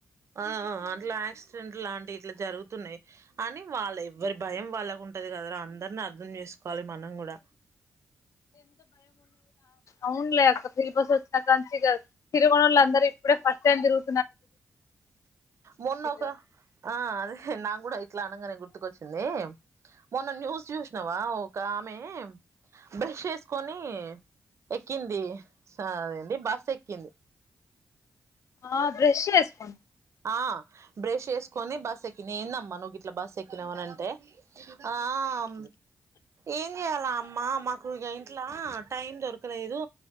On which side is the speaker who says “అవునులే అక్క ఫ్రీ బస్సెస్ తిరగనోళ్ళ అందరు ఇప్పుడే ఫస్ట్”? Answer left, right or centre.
Left